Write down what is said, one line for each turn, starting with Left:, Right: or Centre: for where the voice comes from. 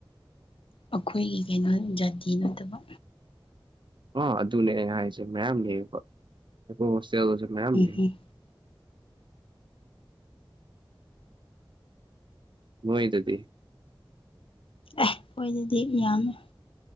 Left: ꯑꯩꯈꯣꯏꯒꯤ ꯀꯩꯅꯣ ꯖꯥꯇꯤ ꯅꯠꯇꯕ
Right: ꯑ ꯑꯗꯨꯅꯦ ꯑꯩ ꯍꯥꯏꯁꯦ ꯃꯌꯥꯝ ꯂꯩꯌꯦ ꯑꯩꯣꯏ ꯍꯣꯁꯇꯦꯜꯁꯨ ꯃꯌꯥꯝ
Left: ꯎꯝ
Right: ꯂꯩ
Left: ꯎꯝ
Right: ꯃꯣꯏ ꯑꯗꯨꯗꯤ
Left: ꯑꯦ ꯑꯣꯏꯣꯏꯗꯗꯤ ꯌꯥꯝꯃꯦ